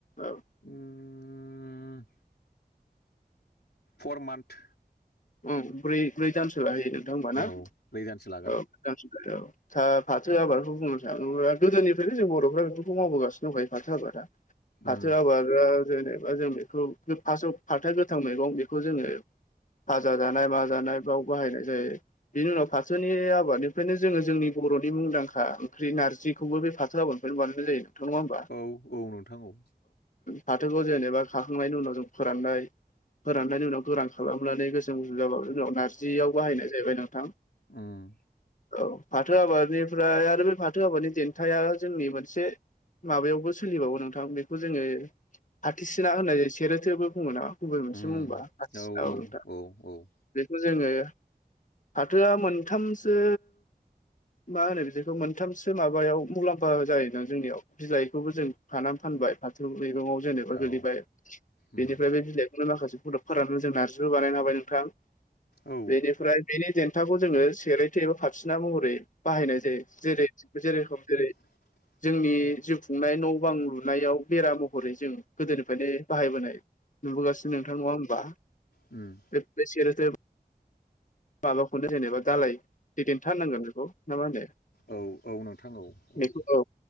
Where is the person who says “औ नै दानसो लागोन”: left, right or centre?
Left